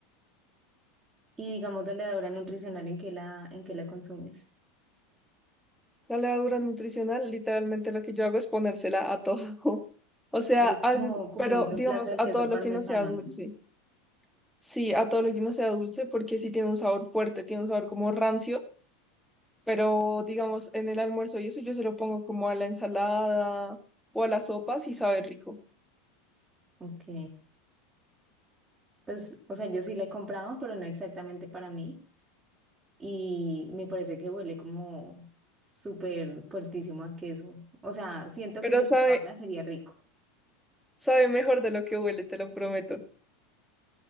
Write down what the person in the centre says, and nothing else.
La levadura nutricional, literalmente lo que yo hago es ponérsela a todo. <laughs> O
sea,
a
veces-
pero
digamos,
a
todo
lo que no sea dulce.
Sí, a todo lo que no sea dulce, porque sí tiene un sabor fuerte, tiene un sabor como rancio, pero digamos, en el almuerzo y eso yo se lo pongo como a la ensalada o a la sopa, sí sabe rico.
Pero
sabe,
sabe mejor de lo que huele, te lo prometo.